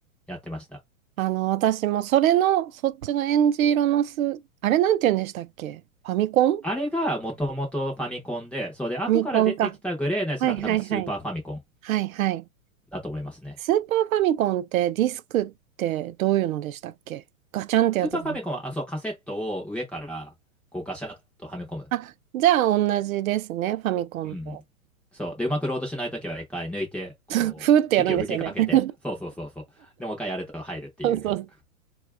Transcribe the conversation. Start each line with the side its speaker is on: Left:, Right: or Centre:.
Centre: やってました。
Right: あの、私もそれの、そっちのえんじ色のス、あれなんて言うんでしたっけファミコンフ
Centre: あれがもともとファミコンで、そうで、後から出てきたグレーのやつが多分スーパーファミコン
Right: ァミコンか。はいはいはい。はいはい。
Centre: だと思いますね。
Right: スーパーファミコンってディスクってどういうのでしたっけガチャンってやつだな。
Centre: スーパーファミコンは、あ、そう、カセットを上からこうガシャッとはめ込む。
Right: あ、じゃあ同じですね、ファミコンと。
Centre: うんうん。そう。で、うまくロードしないときは一回抜いて、こう、
Right: <laughs> ふーってやるんですよね。
Centre: 息を吹きかけて、
Right: <laughs>
Centre: そうそうそうそう。で、もう一回やると入るっていう。
Right: そうそう。
Centre: <laughs>